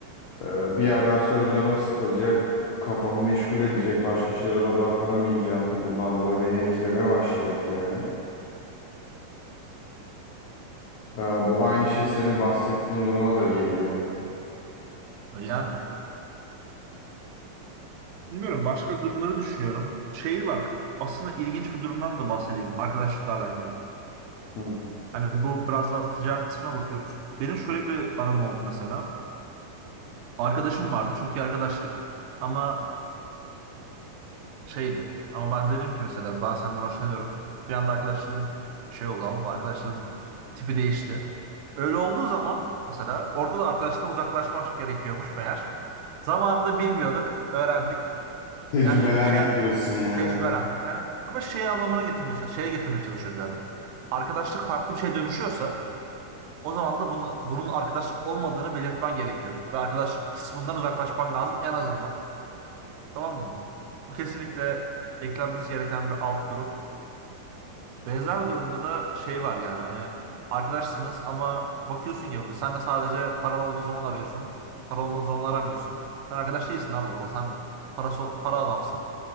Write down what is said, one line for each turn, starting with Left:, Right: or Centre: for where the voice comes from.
Left: e, bir yerden sonra canım sıkılacak, kafam meşgul edecek, başka şeylere odaklanamayacağım. Bundan dolayı beni etkilemeye başlayacak yani. E, Bu aynı şey senin bahsettiğin duruma da geliyor.
Right: Yani. Bilmiyorum. Başka durumları düşünüyorum. Şey bak. Aslında ilginç bir durumdan da bahsedeyim. Arkadaşlıkla alakalı.
Left: Hı.
Right: Hani bu biraz daha ticaret kısmına bakıyoruz. Benim şöyle bir anım oldu mesela. Arkadaşım vardı. Çok iyi arkadaşlık. Ama şeydi. Ama ben dedim ki mesela ben senden hoşlanıyorum. Bir anda arkadaşlığın şey oldu anladın mı? Arkadaşlığın tipi değişti. Öyle olduğu zaman mesela orada da arkadaşlıktan uzaklaşmak gerekiyormuş meğer. Zamanında bilmiyorduk, öğrendik.
Left: Tecrübelendik
Right: Yani şey
Left: diyorsun yani.
Right: tecrübelendik. Yani ama şey anlamına getirmeye çalış şeye getirmeye çalışıyorum yani. Arkadaşlık farklı bir şeye dönüşüyorsa o zaman da bunu bunun arkadaşlık olmadığını belirtmen gerekiyor. Ve arkadaşlık kısmından uzaklaşman lazım en azından. Tamam mı? Bu kesinlikle eklenmesi gereken bir alt durum. Benzer durumda da şey var yani hani arkadaşsınız ama bakıyorsun ki böyle sen de sadece paran olduğu zaman arıyorsun. Para olmadığı zaman aramıyorsun. Sen arkadaş değilsin abi o zaman. Sen para, so-, para adamsın.